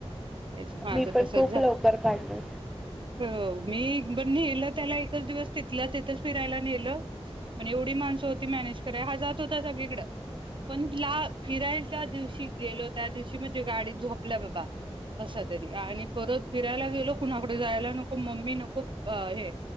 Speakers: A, on the right (about 50°); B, in the centre.
A: तेच माझं
B: मी पण
A: तसच
B: खूप
A: झा
B: लवकर काढल.
A: हो मी नेलं त्याला एकच दिवस तिथलं तिथच फिरायला नेलं पण एवढी माणसं होती मॅनेज कराय हा जात होता सगळीकडं पण ला फिरायला ज दिवशी गेलो त्या दिवशी म्हणजे गाडी झोपल्या बाबा कस तरी आणि. परत फिरायला गेल कुणाकड. जायला नको मम्मी नको हे.